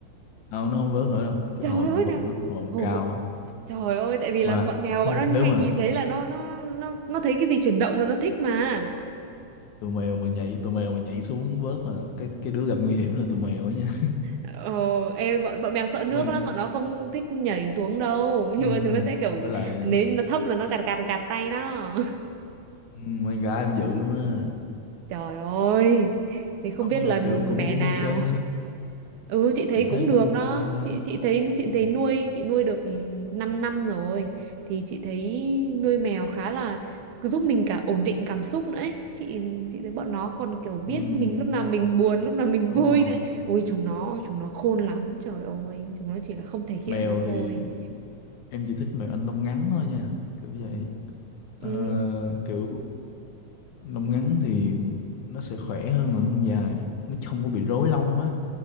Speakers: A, on the left (about 75°); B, on the right (about 75°).
A: không, nó không vớt nữa đâu cái
B: trời
A: hồi
B: ơi
A: nó bự
B: nào
A: lắm hồi nó
B: hồi
A: cao
B: bự
A: lắm
B: trời ơi tại vì là
A: mà
B: bọn mèo
A: không
B: bọn nó
A: nếu
B: hay
A: mà
B: nhìn thấy là nó nó nó nó thấy cái gì chuyển động là nó thích mà
A: tụi mèo mà nhảy tụi mèo mà nhảy xuống vớt là cái cái đứa gặp nguy hiểm là tụi mèo ấy nha
B: ờ, ê, bọn bọn mèo sợ
A: <laughs>
B: nước lắm
A: mình
B: bọn nó không thích nhảy xuống đâu <laughs> nhưng
A: ừm,
B: mà chúng nó sẽ kiểu
A: với lại
B: nếu như nó thấp là nó gạt gạt gạt tay đó
A: um, con gái em dữ lắm á
B: <laughs> trời ơi thế không
A: không
B: biết
A: nhưng
B: là
A: mà kiểu cũng
B: mẹ
A: cũng
B: nào
A: ok ha
B: Ừ chị thấy
A: chị
B: cũng
A: thấy
B: được
A: cũng ok
B: đó
A: ha
B: chị chị thấy
A: Ừm,
B: chị thấy nuôi chị nuôi được 5 năm năm rồi thì chị thấy nuôi mèo khá là cứ giúp mình cả ổn định cảm xúc nữa ấy. Chị chị thấy bọn nó còn kiểu biết
A: ừm,
B: mình lúc nào mình buồn lúc nào mình
A: đúng
B: vui
A: rồi
B: nữa ôi chúng nó chúng nó khôn lắm trời ơi chúng nó chỉ là không thể hiện
A: mèo
B: ra thôi
A: thì em chỉ thích mèo Anh lông ngắn thôi nha kiểu vậy
B: ừ,
A: Ờ, kiểu lông ngắn thì nó sẽ khỏe hơn là lông dài nó không có bị rối lông á